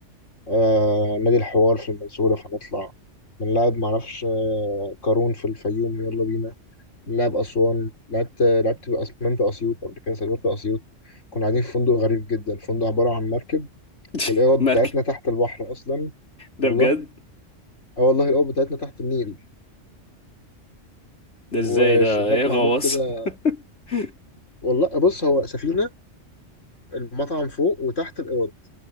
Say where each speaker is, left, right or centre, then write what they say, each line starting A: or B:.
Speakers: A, on the left; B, on the left.
A: آه نادي الحوار في المنصوره فنطلع بنلعب معرفش آه قارون في الفيوم يلا بينا بنلعب اسوان لعبت لعبت اسمنت اسيوط قبل كده سافرت اسيوط كنا قاعدين في فندق غريب جدا الفندق عباره عن مركب
B: <laughs>
A: والاوض
B: مركب
A: بتاعتنا تحت البحر اصلا
B: ده
A: والله
B: بجد
A: اه والله الاوض بتاعتنا تحت النيل
B: ده ازاي
A: والشباك
B: ده ايه غواص
A: معمول كده
B: <laughs>
A: والله بص هو سفينه المطعم فوق وتحت الأوض